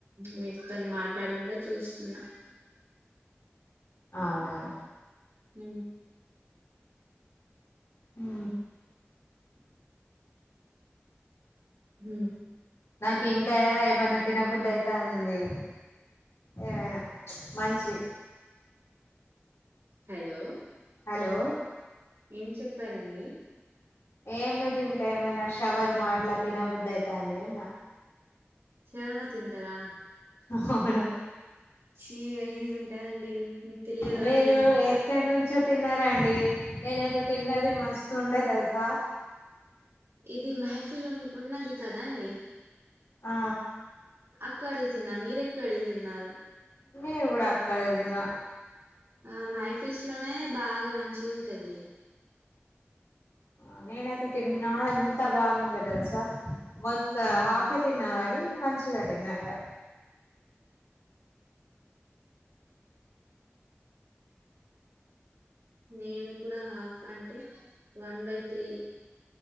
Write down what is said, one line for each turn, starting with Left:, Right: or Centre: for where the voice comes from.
Right: మీరుతోన్ని మాట్లాడకుండా చూస్తున్నా
Left: అవునవును
Right: హ
Left: హు
Right: హ
Left: నాకు ఇంకా ఏమనా తినబుద్దయి తంది ఏమైనా మంచి
Right: హలో
Left: హలో
Right: ఏం చెప్పారండి
Left: ఏం లేదు ఇంకా ఏమైనా షవర్మా అట్లా తినబుద్దయితంది అన్న
Right: శవర్మ తింటారా
Left: అవును
Right: చీ రిలీజ్ ఉంటదండి తెలియదా
Left: మీరు
Right: అది
Left: ఎక్కడ నుం చ్చో తిన్నారాండి నేనైతే తిన్నది మస్తు ఉండే తెలుసా
Right: ఇది మెహఫిల్ ఉ ఉన్నది కదా అండి
Left: ఆ
Right: అక్కడిది తిన్నా మీరెక్కడిది తిన్నారు
Left: నేను కూడ ఆక్కడేతిన్న
Right: ఆ మైఫిల్స్ లోనే బాగా మంచి ఉంటది
Left: ఆ నేనైతే తిన్నా ఎంత బాగుండే తెల్సా మొ
Right: ఉహు
Left: హాఫే తిన్నా కాని మంచిగా తిన్నా ఇగ
Right: నేను కూడా హాఫ్ అంటే వన్ బై త్రీ